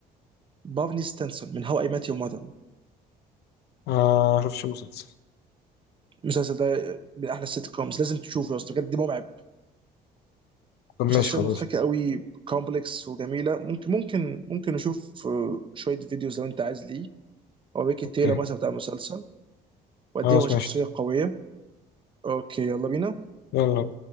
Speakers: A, on the right; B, on the left.
A: بارني ستانسون من هاو اي مات يور ماذر
B: آه شوفش المسلسل
A: المسلسل ده من احلى السيت كومز لازم تشوفه يا اسطى بجد مرعب
B: طب ماشي
A: شخصية
B: خلاص
A: مضحكة قوي كومبلكس وجميلة ممكن ممكن ممكن نشوف آه، شوية فيديوز لو انت عايز ليه او ريكي
B: اوكي
A: تايلر مثلا بتاع المسلسل وقد
B: خلاص
A: ايه هو شخصية
B: ماشي
A: قوية اوكي يلا بينا
B: يلا